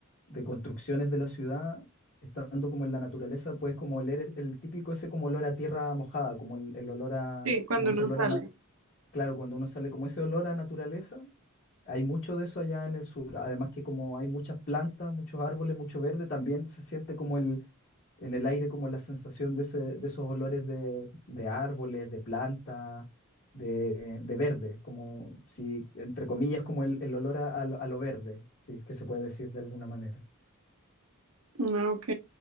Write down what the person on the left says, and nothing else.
de construcciones de la ciudad, estando como en la naturaleza, puedes como oler es- el típico ese como olor a tierra mojada, como el, el olor a,
como ese
olor
a, na- claro, cuando uno sale como ese olor a naturaleza. Hay mucho de eso allá en el sur, además que como hay muchas plantas, muchos árboles, mucho verde, también se siente como el, en el aire como la sensación de, ese- de esos olores de, de árboles, de planta, de, de verde, como si, entre comillas, como el, el olor a, a lo a lo verde, si es que se puede decir de alguna manera.